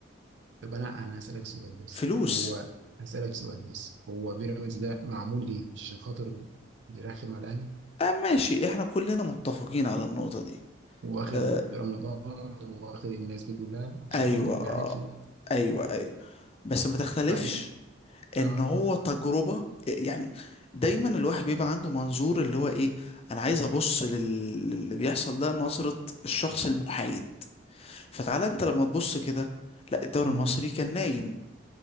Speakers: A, on the right (about 65°); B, on the left (about 30°).
A: طب انا انا هسألك سؤال بس
B: فلوس
A: هو هسألك سؤال بس هو بيراميدز ده معمول ليه عشان خاطر بيرخم على الاهلي
B: آه ماشي احنا كلنا متفقين على النقطة دي
A: واخد
B: آه
A: رمضان واخد الناس دي كلها عشان
B: ايوه
A: خاطر بيعاند
B: آه
A: في الاهلي
B: ايوه ايوه بس ما تختلفش
A: بعدين
B: ان
A: اه
B: هو تجربة آه، يعني دايما الواحد بيبقى عنده منظور اللي هو ايه انا عايز ابص لل- للي بيحصل ده نظرة الشخص المحايد فتعالى انت لما تبص كده لا الدوري
A: مم.
B: المصري كان نايم